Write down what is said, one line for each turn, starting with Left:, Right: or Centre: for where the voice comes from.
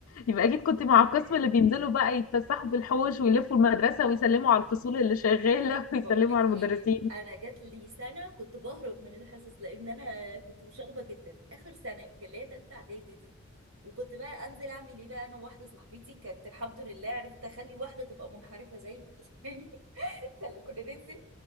Left: يبقى اكيد كنت مع القسم اللي بينزلوا بقى يتفسحوا في الحوش ويلفوا المدرسة ويسلموا على الفصول اللي شغالة
Right: <laughs>
Left: <laughs> ويسلموا
Right: بقول لك
Left: على
Right: ايه
Left: المدرسين
Right: انا جات لي سنه كنت بهرب من الحصص لان انا كنت مشاغبه جدا اخر سنه يمكن اللي هي تالته اعدادي دي وكنت بقى انزل اعمل ايه بقى انا وواحده صاحبتي كانت الحمد لله عرفت اخلي واحده تبقى منحرفه زيي <laughs> كان- كنا ننزل